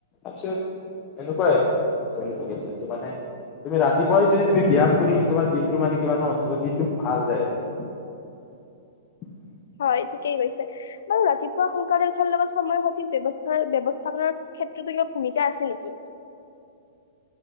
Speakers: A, on the left (about 30°); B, on the left (about 75°).
A: তাৰপিছত এনেকুৱাই চলি থাকে দন্তটো মানে তুমি ৰাতি যদি তুমি ব্যাম কৰিম তোমাৰ দিন টো মানে কিবা ন তোমাৰ দিনটো ভাল যায় আৰু
B: হয় ঠিকেই কৈছে বাৰু ৰাতিপুৱা সোনকালে উঠাৰ লগত সময় সঠিক ব্যৱস্থা ব্যৱস্থাপনাৰ ক্ষেত্ৰতো কিবা ভূমিকা আছে নেকি